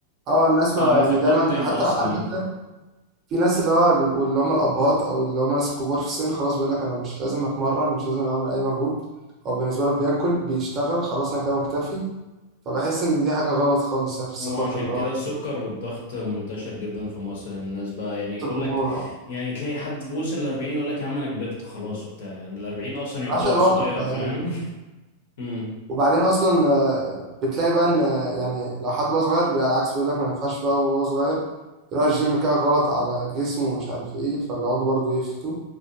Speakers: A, on the right; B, on the left.
A: آه الناس
B: آه،
A: ما يعني
B: في التوب
A: دايما
B: 10
A: حتى
B: أصلا
A: عارف أنت في ناس اللي هو بيبقوا اللي هم الأبهات أو اللي هم ناس كبار في السن خلاص بيقول لك أنا مش لازم أتمرن مش لازم أعمل أي مجهود هو بالنسبة له بياكل بيشتغل خلاص أنا كده مكتفي فبحس إن دي حاجة غلط خالص يعني في الثقافة
B: وعشان
A: اللي هو
B: كده السكر والضغط منتشر جدا في مصر الناس بقى يعني يقول
A: الكبار
B: لك
A: آه.
B: يعني تلاقي حد في وصل ل 40 يقول لك يا عم انا كبرت خلاص وبتاع يعني ال 40 اصلا يعتبر
A: ملهاش علاقة
B: صغير
A: يعني
B: فاهم <laughs> امم
A: وبعدين أصلا آه، بتلاقي بقى إن آه، يعني لو حد هو صغير بيبقى العكس بيقول لك ما ينفعش بقى وهو صغير يروح الجيم كده غلط على جسمه ومش عارف إيه فبيقعدوا برضه يفتوا